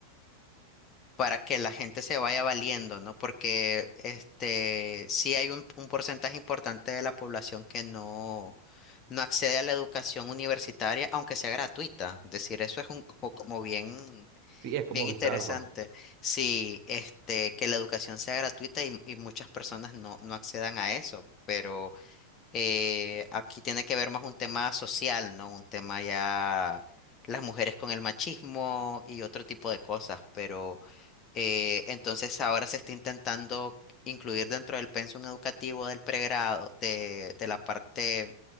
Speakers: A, on the left (about 30°); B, on the right (about 45°).
A: para que la gente se vaya valiendo, ¿no? Porque este sí hay un, un porcentaje importante de la población que no, no accede a la educación universitaria, aunque sea gratuita. Es decir, eso es un co- como bien,
B: Sí, es como
A: bien
B: bizarro.
A: interesante. Sí, este, que la educación sea gratuita y, y muchas personas no, no accedan a eso. Pero eh, aquí tiene que ver más un tema social, ¿no? Un tema ya las mujeres con el machismo y otro tipo de cosas, pero eh, entonces ahora se está intentando incluir dentro del pensum educativo del pregrado, de, de la parte